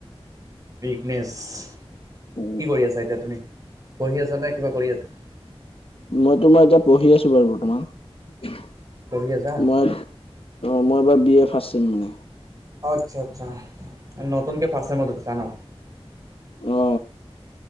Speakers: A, on the right; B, on the left.
A: বিজনেছ কি
B: অ
A: কৰি আছা এতিয়া তুমি পঢ়ি আছা নে কিবা কৰি আছা৷
B: মই তোমাৰ এতিয়া পঢ়ি আছো বাৰু বৰ্তমান
A: পঢ়ি আছা
B: মই অঁ মই এবাৰ বি এ ফাৰচেম মানে
A: আচ্ছা-আচ্ছা নতুনকৈ ফাৰচেমত উথিচা ন'।
B: অ